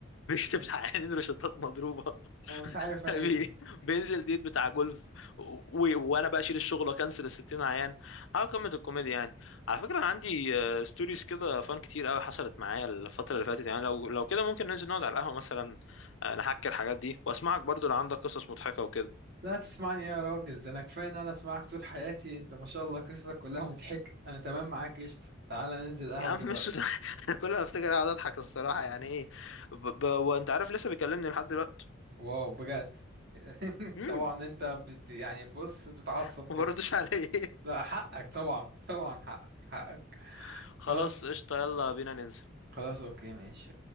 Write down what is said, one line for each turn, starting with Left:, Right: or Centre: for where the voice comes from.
Left: فبيكتب للعيانين روشتات مضروبه
Right: انا مش عارف
Left: <laughs>
Right: انا
Left: بي-
Right: ايه ده
Left: بينزل ديت بتاع جولف و... وانا بقى اشيل الشغل واكنسل ال 60 عيان على قمه الكوميديا يعني على فكره انا عندي آه، ستوريز كده فان كتير قوي حصلت معايا الفتره اللي فاتت يعني لو لو كده ممكن ننزل نقعد على القهوه مثلا آه، نحكي الحاجات دي واسمعك برضو لو عندك قصص مضحكه وكده
Right: لا تسمعني إيه يا راجل ده انا كفايه ان انا اسمعك طول حياتي انت ما شاء الله قصصك كلها مضحكه انا تمام معاك قشطه تعالى ننزل قهوه
Left: يا عم
Right: دلوقتي
Left: مش ده <laughs> انا كل ما افتكر اقعد اضحك الصراحه يعني ايه ب... ب... وانت عارف لسه بيكلمني لحد دلوقتي
Right: واو بجد <laughs>
Left: امم
Right: طبعا انت بت يعني بص بتتعصب
Left: <laughs>
Right: كده
Left: ما بردش عليه
Right: لا حقك طبعا طبعا حقك حقك
Left: <laughs> خلاص
Right: خلاص
Left: قشطه يلا بينا ننزل
Right: خلاص اوكي ماشي